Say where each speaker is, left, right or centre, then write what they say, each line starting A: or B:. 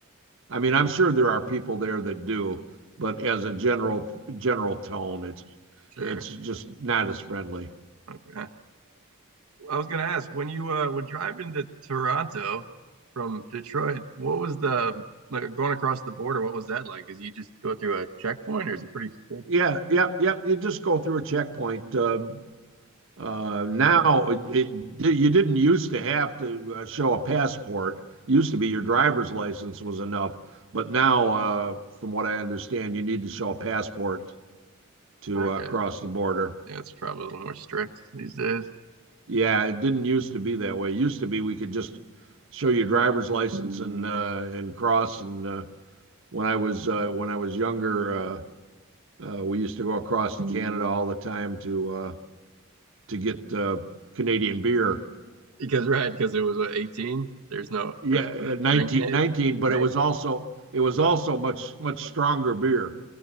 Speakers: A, on the right; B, on the right.
A: I mean, I'm sure there are people there that do, but as a general general tone, it's
B: sure.
A: it's just not as friendly.
B: Okay. I was gonna ask when you uh, were driving to Toronto from Detroit, what was the like going across the border? What was that like? Is you just go through a checkpoint, or is it pretty straightforward?
A: Yeah, yep, yep. You just go through a checkpoint. Uh, Uh, now, it, it, you didn't used to have to uh, show a passport. It Used to be your driver's license was enough, but now, uh, from what I understand, you need to show a passport to
B: Okay,
A: uh, cross the border.
B: yeah, it's probably a little more strict these days
A: Yeah, it didn't used to be that way. It used to be we could just show your driver's license and uh, and cross. And uh, when I was uh, when I was younger, uh, uh, we used to go across to Canada all the time to uh, to get uh, Canadian beer.
B: because right because it was what, 18. There's no
A: yeah,
B: right, the
A: uh, 19,
B: drinking age.
A: 19, but
B: 19.
A: it was also
B: <laughs>
A: it was also much much stronger beer.